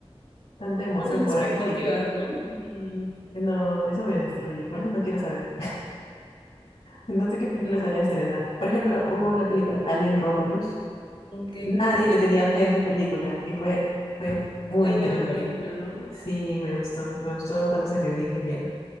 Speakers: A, on the left; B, on the left.
A: tanta emoción
B: Tantas expectativas,
A: por algo y,
B: ¿no?
A: y no, eso me destruye. Por eso no quiero saber. No sé qué películas
B: Sí,
A: van a estrenar. Por ejemplo, hubo la película Alien Romulus.
B: ok.
A: Nadie le tenía fe a esa película y fue, fue
B: Fue
A: muy interesante.
B: buena película, ¿no?
A: Sí, me gustó. Me gustó cuando salió el ingeniero.